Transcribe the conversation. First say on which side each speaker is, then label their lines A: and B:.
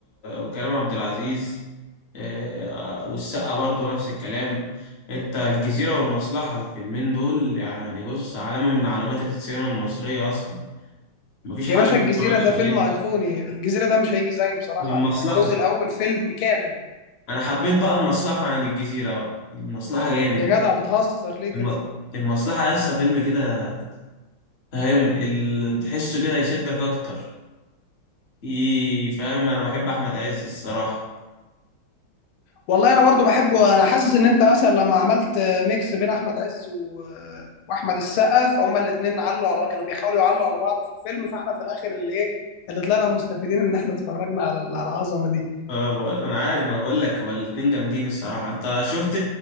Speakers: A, on the left; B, on the left.
A: وكريم عبد العزيز آه، والسقا برضه نفس الكلام انت الجزيرة والمصلحة الفيلمين دول يعني بص علامة من علامات السينما المصرية اصلا مفيش
B: يا
A: حد
B: باشا
A: ما
B: الجزيره
A: اتفرجش
B: ده فيلم
A: عليه
B: ايقوني الجزيره ده مش هيجي زيه بصراحه
A: والمصلحة
B: الجزء الاول فيلم كامل
A: انا حبيت بقى المصلحة عن الجزيرة بقى المصلحة جامد
B: يا جدع بتهزر ليه كده
A: الم... المصلحة لسه فيلم كده فاهم ال... تحسه كده يشدك اكتر ي- فاهم انا بحب احمد عز الصراحه
B: والله انا برضو بحبه انا حاسس ان انت مثلا لما عملت ميكس بين احمد عز و... واحمد السقا فهما الاثنين علوا على كانوا بيحاولوا يعلوا على بعض في الفيلم فاحنا في الاخر اللي ايه اللي طلعنا مستفيدين ان احنا اتفرجنا على ال- على العظمه دي
A: آه، انا عارف انا بقول لك هو الاتنين جامدين الصراحه انت شفت